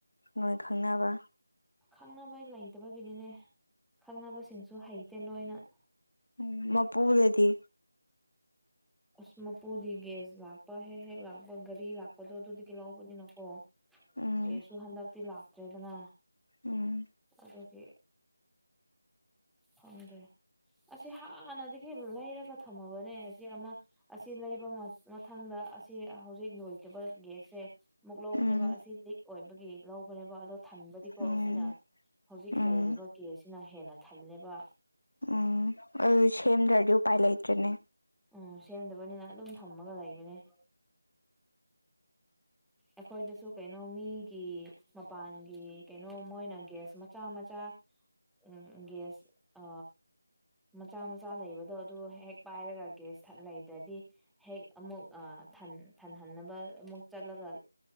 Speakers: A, on the left; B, in the centre.
A: ꯅꯣꯏ ꯈꯪꯅꯕ
B: ꯈꯪꯅꯕ ꯂꯩꯇꯕꯒꯤꯅꯤꯅꯦ ꯈꯪꯅꯕꯁꯤꯡꯁꯨ ꯍꯩꯇꯦ ꯂꯣꯏꯅ
A: ꯎꯝ ꯃꯄꯨ ꯂꯩꯗꯤ
B: ꯑꯁ ꯃꯄꯨꯗꯤ ꯒꯦꯁ ꯂꯥꯛꯄ ꯍꯦꯛ ꯍꯦꯛ ꯂꯥꯛꯄ ꯒꯥꯔꯤ ꯂꯥꯛꯄꯗꯣ ꯑꯗꯨꯗꯒꯤ ꯂꯧꯕꯅꯤꯅꯀꯣ
A: ꯎꯝ
B: ꯒꯦꯁꯁꯨ ꯍꯟꯗꯛꯇꯤ ꯂꯥꯛꯇ꯭ꯔꯦꯗꯅ
A: ꯎꯝ
B: ꯑꯗꯨꯒꯤ ꯈꯪꯗ꯭ꯔꯦ ꯑꯁꯤ ꯍꯥꯟꯅꯗꯒꯤ ꯂꯩꯔꯒ ꯊꯝꯃꯕꯅꯦ ꯑꯁꯤ ꯑꯃ ꯑꯁꯤ ꯂꯩꯕ ꯃ ꯃꯊꯪꯗ ꯑꯁꯤ ꯍꯧꯖꯤꯛ ꯂꯣꯏꯈꯤꯕ ꯒꯦꯁꯁꯦ ꯑꯃꯨꯛ ꯂꯧꯕꯅꯦꯕ
A: ꯎꯝ
B: ꯑꯁꯤ ꯂꯤꯛ ꯑꯣꯏꯕꯒꯤ ꯂꯧꯕꯅꯦꯕ ꯑꯗꯣ ꯊꯟꯕꯗꯤꯀꯣ
A: ꯎꯝ
B: ꯑꯁꯤꯅ ꯍꯧꯖꯤꯛ
A: ꯎꯝ
B: ꯂꯩꯔꯤꯕ ꯒꯦꯁꯁꯤꯅ ꯍꯦꯟꯅ ꯊꯜꯂꯦꯕ
A: ꯎꯝ ꯑꯗꯨ ꯁꯦꯝꯗ꯭ꯔꯗꯤ ꯎꯄꯥꯏ ꯂꯩꯇ꯭ꯔꯦꯅꯦ
B: ꯎꯝ ꯁꯦꯝꯗꯕꯅꯤꯅ ꯑꯗꯨꯝ ꯊꯝꯃꯒ ꯂꯩꯕꯅꯦ ꯑꯈꯣꯏꯗꯁꯨ ꯀꯩꯅꯣ ꯃꯤꯒꯤ ꯃꯄꯥꯟꯒꯤ ꯀꯩꯅꯣ ꯃꯣꯏꯅ ꯒ꯭ꯌꯥꯁ ꯃꯆꯥ ꯃꯆꯥ ꯎꯝ ꯒꯦꯁ ꯑ ꯃꯆꯥ ꯃꯆꯥ ꯂꯩꯕꯗꯣ ꯑꯗꯨ ꯍꯦꯛ ꯄꯥꯏꯔꯒ ꯒꯦꯁꯊ ꯂꯩꯇ꯭ꯔꯗꯤ ꯍꯦꯛ ꯑꯃꯨꯛ ꯑ ꯊꯟ ꯊꯟꯍꯟꯅꯕ ꯑꯃꯨꯛ ꯆꯠꯂꯒ